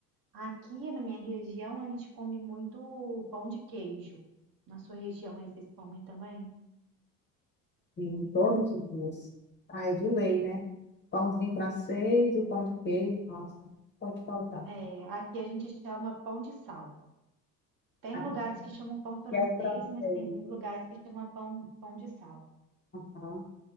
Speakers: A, on the right; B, on the left.
A: Aqui na minha região a gente come muito pão de queijo. Na sua região aí vocês comem também?
B: em todos os dias. Ah, é de lei, né? Pãozinho francês e o pão de queijo. Nossa, pode faltar.
A: É, aqui a gente chama pão de sal. Tem
B: Ah,
A: lugares que chamam pão francês,
B: que é o francês.
A: mas tem lugares que chamam pão, pão de sal.
B: Aham.